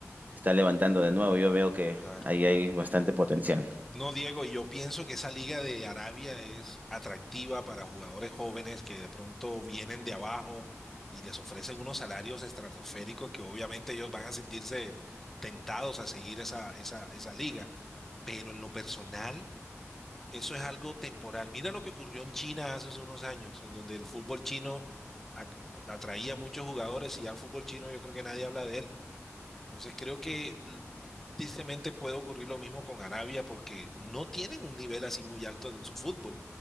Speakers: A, on the right; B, in the centre.
A: está levantando de nuevo. Yo veo que
B: claro.
A: ahí hay bastante potencial.
B: No, Diego, yo pienso que esa liga de Arabia es atractiva para jugadores jóvenes que de pronto vienen de abajo y les ofrecen unos salarios estratosféricos que obviamente ellos van a sentirse tentados a seguir esa, esa, esa liga. pero en lo personal, eso es algo temporal. Mira lo que ocurrió en China hace unos años, en donde el fútbol chino ac- atraía a muchos jugadores y ya el fútbol chino yo creo que nadie habla de él. Entonces creo que mm, tristemente puede ocurrir lo mismo con Arabia porque no tienen un nivel así muy alto en su fútbol.